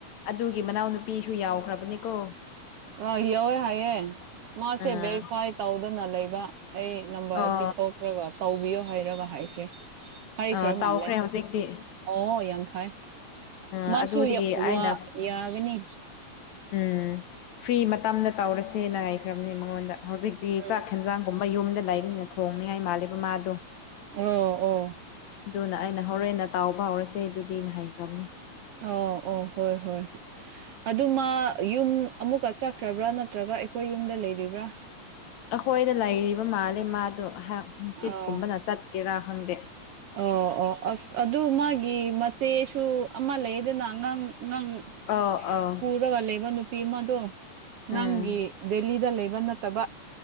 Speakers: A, on the left (about 70°); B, on the right (about 65°).
A: ꯑꯗꯨꯒꯤ ꯃꯅꯥꯎ ꯅꯨꯨꯄꯤꯁꯨ ꯌꯥꯎꯈ꯭ꯔꯕꯅꯦꯀꯣ꯫
B: ꯑꯥ ꯌꯧꯋꯦ ꯍꯥꯏꯌꯦ‌ ꯃꯥꯁꯦ
A: ꯑꯥ
B: ꯚꯦꯔꯤꯐꯥꯏꯠ ꯇꯧꯗꯅ ꯂꯩꯕ ꯑꯩ꯫ ꯅꯝꯕꯔ
A: ꯑꯣ
B: ꯄꯤꯊꯣꯛꯈ꯭ꯔꯒ ꯇꯧꯕꯤꯌꯣ ꯍꯥꯏꯔꯒ ꯍꯥꯏꯈ꯭ꯔꯦ ꯍꯥꯏꯈ꯭ꯔ
A: ꯑꯥ ꯇꯥꯎꯈ꯭ꯔꯦ
B: ꯃꯥꯜꯂꯦ꯫
A: ꯍꯧꯖꯤꯛꯇꯤ
B: ꯑꯣ ꯌꯥꯝ ꯐꯥꯔꯦ
A: ꯑꯥ
B: ꯃꯥꯁꯨ
A: ꯑꯗꯨꯗꯒꯤ
B: ꯌꯥ
A: ꯑꯩꯅ
B: ꯋꯥ ꯌꯥꯒꯅꯤ꯫
A: ꯎꯝ ꯐ꯭ꯔꯤ ꯃꯇꯝꯗ ꯇꯧꯔꯁꯦꯅ ꯍꯥꯏꯈ꯭ꯔꯕꯅꯤ ꯃꯉꯣꯟꯗ ꯍꯧꯖꯤꯛꯇꯤ
B: ꯎꯝ
A: ꯆꯥꯛ ꯍꯦꯟꯖꯥꯡ꯫ ꯀꯨꯝꯕ ꯌꯨꯝꯗ ꯂꯩꯕꯅꯤ ꯊꯣꯡꯅꯤꯉꯥꯏ ꯃꯥꯜꯂꯦꯕ ꯃꯥꯗꯣ꯫
B: ꯑꯣ ꯑꯣ꯫
A: ꯑꯗꯨꯅ ꯑꯩꯅ ꯍꯣꯔꯦꯟꯅ ꯇꯥꯎꯕ ꯍꯧꯔꯁꯦ ꯑꯗꯨꯗꯤ ꯅ ꯍꯩꯈ꯭ꯔꯕꯅꯦ꯫
B: ꯑꯣ ꯑꯣ ꯍꯣꯏ ꯍꯣꯏ꯫ ꯑꯗꯨꯃꯥ ꯌꯨꯝ ꯑꯃꯨꯛꯀ ꯆꯠꯈ꯭ꯔꯕ꯭ꯔꯥ ꯅꯠꯇ꯭ꯔꯒ ꯑꯩꯈꯣꯏ ꯌꯨꯝꯗ ꯂꯩꯔꯤꯕ꯭ꯔꯥ꯫
A: ꯑꯩꯈꯣꯏꯗ ꯂꯩꯔꯤꯕ ꯃꯥꯜꯂꯦ ꯃꯥꯗꯣ ꯍꯥꯛ ꯆꯤꯠꯀꯨꯝꯕꯗ
B: ꯑ
A: ꯆꯠꯀꯦꯔꯥ ꯈꯪꯗꯦ꯫
B: ꯑꯣ ꯑꯣ ꯑꯁ ꯑꯗꯨ ꯃꯥꯒꯤ ꯃꯆꯦꯁꯨ ꯑꯃ ꯂꯩꯗꯅ ꯑꯉꯥꯡ ꯑꯉꯥꯡ꯫
A: ꯑꯧ ꯑꯧ
B: ꯄꯨꯔꯒ ꯂꯩꯕ ꯅꯨꯄꯤ ꯑꯃꯗꯣ ꯅꯪꯒꯤ꯫
A: ꯎꯝ
B: ꯗꯦꯂꯤꯗ ꯂꯩꯕ ꯅꯠꯇꯕ